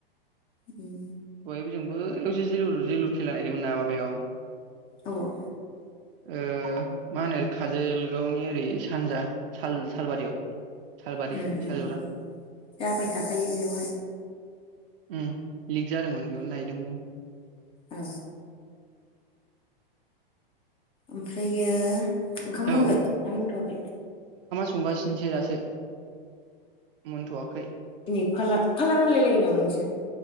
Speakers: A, on the left; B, on the right.
A: उम
B: बे जोंबो <unintelligible> जेलुर जेलुर खेला नायदोंमोन ना माबायाव।
A: अबाव
B: ओ मा होनो काजोलगावनि ओरै सानजा साल सालबारियाव सालबारि
A: ओम ओम
B: सालजरा
A: ओम जाबाय थाखायो बेयावहाय
B: ओम लिक जादोंमोन बेयावनो नायदोंमोन नो
A: ओ ओमफ्रायो ओंखाम
B: जों
A: मोनबाय ना मोनथवाखै।
B: गासिनोसै दासो मोनथवाखै
A: दिनै फाला फाला रानलायो नामा नोंसोर?